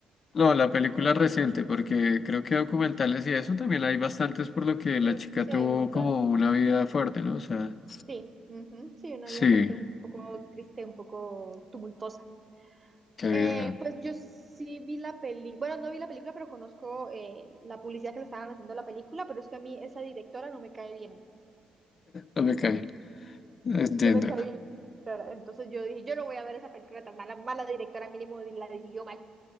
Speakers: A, on the left; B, on the right.
A: No, la película reciente, porque creo que documentales y eso también hay bastantes por lo que la
B: Sí,
A: chica
B: sí
A: tuvo
B: hay un montón.
A: como una vida fuerte, ¿no? O sea,
B: Sí, ujú, sí, una
A: sí,
B: vida aparte un poco triste, un poco tumultuosa.
A: qué vida,
B: Eh, pues yo sí vi la peli bueno, no vi la película, pero conozco eh, la publicidad que le estaban haciendo a la película, pero es que a mí esa directora no me cae bien.
A: no me cae. Entiendo.
B: No me cae bien la directora. Entonces yo dije, yo no voy a ver esa película tan mala, mala directora mínimo la dirigió mal.